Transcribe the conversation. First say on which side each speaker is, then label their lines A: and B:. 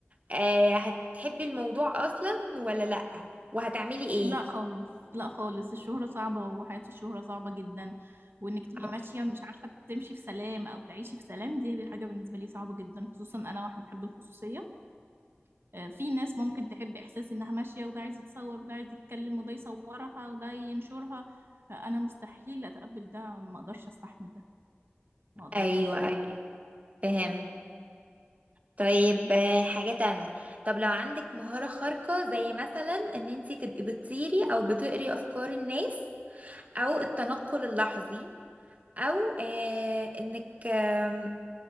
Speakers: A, on the right; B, on the right.
A: آه هتحبي الموضوع اصلا ولا لأ وهتعملي ايه
B: لا خالص لا خالص الشهرة صعبة وحياة الشهرة صعبة جدا وانك تبقي
A: آه،
B: ماشية مش عارفة تمشي في سلام او تعيشي في سلام دي حاجة بالنسبة لي صعبة جدا خصوصا انا واحدة بحب الخصوصية آه، في ناس ممكن تحب احساس انها ماشية وده عايز يتصور وده عايز يتكلم وده يصورها وده ينشرها آه، انا مستحيل اتقبل ده ما اقدرش استحمل ده ما اقدرش
A: ايوه ايوه فهم طيب آه، حاجة تانية طب لو عندك مهارة خارقة زي مثلا ان انتي تبقي بتطيري او بتقري افكار الناس او التنقل اللحظي او آه انك آم،